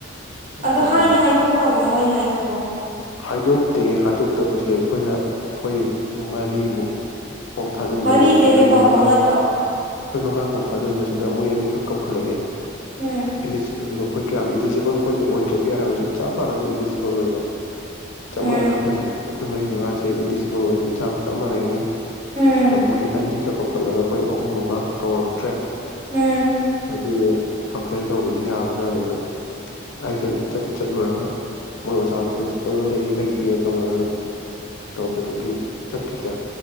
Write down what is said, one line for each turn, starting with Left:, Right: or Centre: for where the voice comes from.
Left: ꯑꯗꯨꯗꯨꯅ
Right: ꯑꯗ ꯍꯥꯏꯗꯤ ꯍꯥꯏꯗꯣꯛꯈ꯭ꯔꯕꯣ ꯃꯣꯏ ꯍꯥꯏꯁꯤꯕꯣ
Left: ꯍꯥꯏꯗꯣꯛꯇꯦ ꯍꯥꯏꯗꯣꯛꯇꯕꯁꯦ ꯑꯩꯈꯣꯏꯅ ꯑꯩꯈꯣꯏ ꯃꯔꯤꯃꯨꯛ ꯐꯣꯝ ꯊꯥꯖꯤꯟꯕꯅꯦ
Right: ꯃꯔꯤꯁꯦ
Left: ꯑꯩꯈꯣꯏ
Right: ꯅꯣꯏ
Left: ꯃꯔꯤ
Right: ꯄꯥꯎ
Left: ꯃꯉꯥ
Right: ꯐꯥꯎꯅꯗ꯭ꯔꯣ
Left: ꯑꯩꯈꯣꯏ ꯃꯉꯥ ꯐꯣꯝ ꯊꯥꯖꯟꯕꯁꯤꯗ ꯃꯣꯏ ꯑꯅꯤꯈꯛ ꯀꯧꯈꯠꯂꯛꯑꯦ
Right: ꯎꯝ
Left: ꯏ ꯀꯌꯥꯝ ꯏꯂꯤꯖꯤꯕꯜ ꯑꯩꯈꯣꯏꯁꯦ ꯑꯣꯏꯗ꯭ꯔꯒꯦ ꯍꯥꯏꯕꯁꯨ ꯆꯞ ꯃꯥꯟꯅꯅ ꯏꯂꯤꯖꯤꯕꯜ ꯑꯣꯏꯕ
Right: ꯎꯝ
Left: ꯆꯞ ꯃꯥꯟꯅꯅ ꯑꯩꯈꯣꯏ ꯑꯩꯈꯣꯏ ꯃꯔꯤ ꯃꯉꯥꯁꯦ ꯏꯗꯤꯖꯤꯕꯜ ꯑꯣꯏꯕꯒꯤ ꯆꯥꯡ ꯆꯞ ꯃꯥꯟꯅꯩꯅꯦ
Right: ꯎꯝ
Left: ꯑꯗꯨꯗ ꯃꯣꯏ ꯑꯅꯤꯈꯛ ꯆꯥꯎꯈꯠꯂꯒ ꯑꯩꯈꯣꯏ ꯑꯍꯨꯝ ꯑꯃ ꯀꯧꯔꯛꯇ꯭ꯔꯦ
Right: ꯎꯝ
Left: ꯑꯗꯨꯗꯣ ꯀꯝꯄ꯭ꯂꯦꯟ ꯇꯧꯕꯗꯤ ꯌꯥꯕꯖꯥꯅꯤ ꯑꯗꯣ ꯑꯩꯁꯦ ꯑꯗꯨꯝ ꯆꯠꯇꯤ ꯆꯠꯂꯨꯔꯒ ꯃꯣꯏ ꯑꯣꯖꯥꯗꯣ ꯄ꯭ꯔꯤꯟꯁꯤꯄꯥꯜꯗ ꯂꯩ ꯂꯩꯇꯦꯅ ꯇꯧꯗꯅ ꯑꯗꯨꯝ ꯇꯧꯕꯗꯒꯤ ꯆꯠꯈꯤꯗ꯭ꯔꯦ